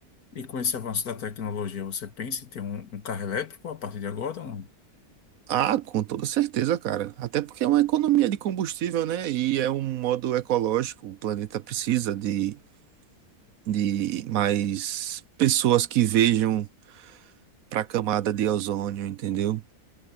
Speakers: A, on the left; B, on the right.
A: E com esse avanço da tecnologia, você pensa em ter um, um carro elétrico a partir de agora ou não?
B: Ah, com toda certeza, cara. Até porque é uma economia de combustível, né? E é um modo ecológico. O planeta precisa de, de mais pessoas que vejam para a camada de ozônio, entendeu?